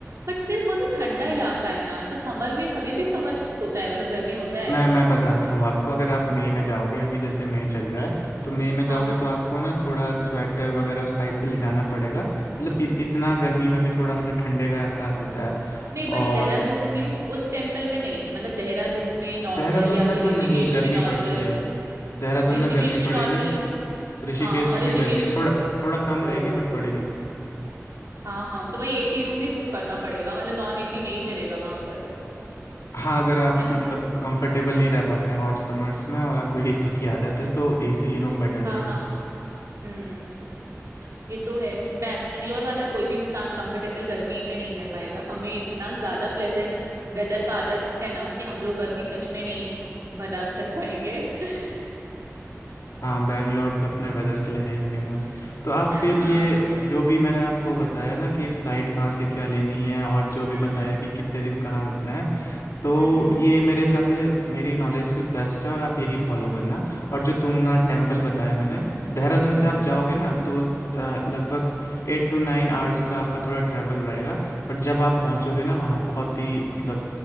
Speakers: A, on the right (about 65°); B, on the left (about 80°).
A: बट फिर वो तो ठंडा इलाका है ना तो समर में तभी भी समर होता है मतलब गर्मी होता है
B: मैं मैं बताता हूँ आपको अगर आप मई में जाओगे अभी जैसे मई चल रहा है तो मई में
A: हाँ
B: जाओगे
A: हाँ
B: तो आपको ना थोड़ा स्वेटर वगैरह उस हाइट पे ले जाना पड़ेगा मतलब इ, इतना गर्मी में भी थोड़ा मतलब ठंडे का एहसास होता है
A: नहीं बट
B: और
A: देहरादून में उस टेम्पल में नहीं मतलब देहरादून में नॉर्मल
B: देहरादून
A: या
B: में
A: फिर
B: तो
A: ऋषिकेश
B: नहीं गर्मी
A: में नॉर्मल
B: पड़ती है देहरादून
A: ऋषिकेश
B: में गर्मी
A: में
B: पड़ेगी
A: नॉर्मल
B: ऋषिकेश
A: हाँ और
B: में
A: ऋषिकेश
B: भी गर्मी थोड़ा थोड़ा कम
A: ओ
B: रहेगी बट पड़ेगी
A: हाँ हाँ तो वही एसी रूम ही बुक करना पड़ेगा मतलब नॉन एसी नहीं चलेगा वहां पर
B: हाँ अगर आप
A: है ना
B: मतलब कंफर्टेबल नहीं रह पाते हैं हॉट समर्स में और आपको एसी की आदत है तो एसी ही रूम बेटर रहेगा
A: हाँ हाँ हम्म ये तो है बैंगलोर वाला कोई भी इंसान कंफर्टेबल गर्मी में नहीं रह पाएगा हमें इतना ज्यादा प्लेजेंट वेदर का आदत है ना कि हम लोग गर्मी सच में नहीं बर्दाश्त कर पाएंगे <laughs>
B: हाँ बैंगलोर तो अपने वेदर के लिए है ही फेमस तो आप
A: हाँ
B: फिर ये जो भी मैंने आपको बताया ना कि फ़्लाइट कहाँ से क्या लेनी है और जो भी
A: हम्म
B: बताया कि कितने दिन कहाँ रुकना है तो
A: हम्म हम्म
B: ये मेरे हिसाब से मेरी नॉलेज के बेस्ट है और आप यही फॉलो करना और जो तुंगनाथ टेम्पल बताया मैंने देहरादून से
A: हम्म
B: आप
A: हम्म, हम्म।
B: जाओगे ना तो अ, लगभग एट टू नाइन आवर्स का आपका थोड़ा ट्रैवल रहेगा बट जब आप पहुंचोगे ना वहाँ बहुत ही मतलब